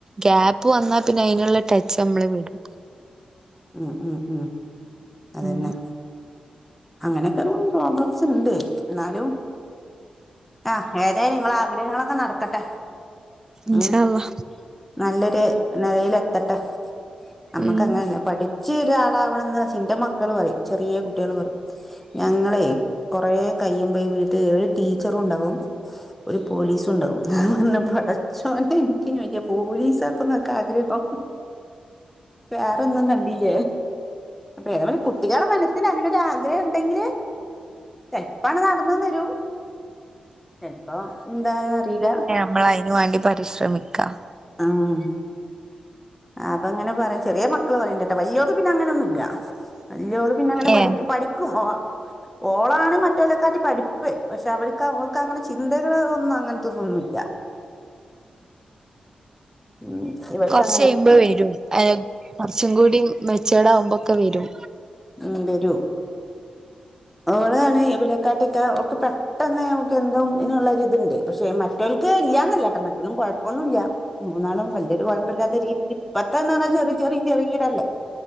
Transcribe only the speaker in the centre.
ഉം ഉം ഉം അതന്നെ
അങ്ങനൊക്കെ പ്രോബ്ലംസ് ഉണ്ട് ന്നാലും ആഹ് ഏതായാലും ഇങ്ങള ആഗ്രഹങ്ങളൊക്കെ നടക്കട്ടെ
ഉം
നല്ലൊരു നെലയിൽ എത്തട്ടെ നമ്മക്ക്
അങ്ങനെല്ലേ പഠിച്ച് ഒരാളാവണെന്നാ ഇന്റെ മക്കള് പറയും ചെറിയ കുട്ട്യാൾ പറയും ഞങ്ങളെ കൊറെ കഴിയുമ്പോ ഈ വീട്ടിൽ ഒരു ടീച്ചറും ഉണ്ടാവും ഒരു പോലീസും ഉണ്ടാവും <unintelligible> പടച്ചോനെ <unintelligible> പോലീസ് അപ്പ ങ്ങക്ക് ആഗ്രഹം വേറൊന്നും കണ്ട <unintelligible> അപ്പൊ ഏതായാലും കുട്ടികളെ മനസ്സിൽ അങ്ങനെ ഒരു ആഗ്രഹം ഉണ്ടെങ്കില് ചെൽപ്പാണ്ട് നടന്നൂന്ന് വരും ചെൽപ്പോ എന്തായന്ന്റിയില്ല
ആഹ് ആഹ് അപ്പൊ അങ്ങനെ പറയും ചെറിയ മക്കള് പറയ്ണ്ട്ട്ടാ വല്യോക്ക് പിന്നെ അങ്ങനൊന്നുല്ല വല്ലോള് പിന്നെ അങ്ങനെ
പഠിക്ക് പഠിക്കും ഒ ഓ ഓളാണ് മറ്റോലക്കാട്ടി പഠിപ്പ് പക്ഷെ അവർക്ക് അവക്ക് അങ്ങനെ ചിന്തകള് ഒന്നും അങ്ങ ന്നുല്ല ഉം ഇവൾക്ക് അ
ഉം വരും ഓളാണ് ഇവിരെക്കാട്ടിയെക്കെ ഓക്ക് പെ ട്ടെന്ന് ഓക്ക് എന്തും തിനുള്ളരിത്ണ്ട് പക്ഷേ മറ്റോൽക്ക് ഇല്ലാന്നല്ലട്ടോ മറ്റതും കൊഴപ്പൊന്നുല്ല മൂന്നാളും വല്യൊരു കൊഴപ്പല്ലാത്ത രീതില് ഇപ്പത്തെന്താന്നാ ചെറി ചെറി ചെറിയ്യതല്ലേ